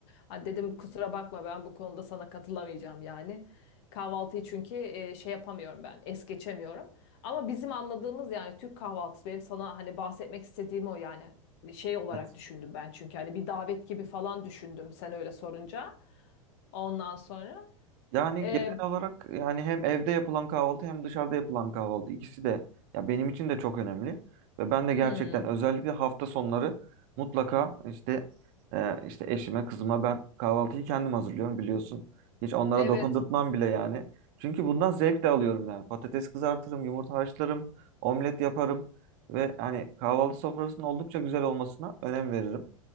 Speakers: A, on the left (about 50°); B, on the right (about 45°).
A: Ha, dedim kusura bakma ben bu konuda sana katılamayacağım yani. Kahvaltıyı çünkü e, şey yapamıyorum ben, es geçemiyorum. Ama bizim anladığımız yani Türk kahvaltısı benim sana hani bahsetmek istediğim o yani şey olarak
B: Evet.
A: düşündüm ben çünkü hani bir davet gibi falan düşündüm sen öyle sorunca. Ondan sonra
B: Yani
A: e,
B: genel olarak yani hem evde yapılan kahvaltı hem dışarıda yapılan kahvaltı ikisi de ya benim için de çok önemli ve ben de gerçekten
A: hmm,
B: özellikle hafta sonları mutlaka işte e, işte eşime kızıma ben kahvaltıyı kendim hazırlıyorum biliyorsun. Hiç onlara
A: evet
B: dokundurtmam bile yani. Çünkü bundan zevk de alıyorum yani. Patates kızartırım, yumurta haşlarım, omlet yaparım ve hani kahvaltı sofrasının oldukça güzel olmasına önem veririm.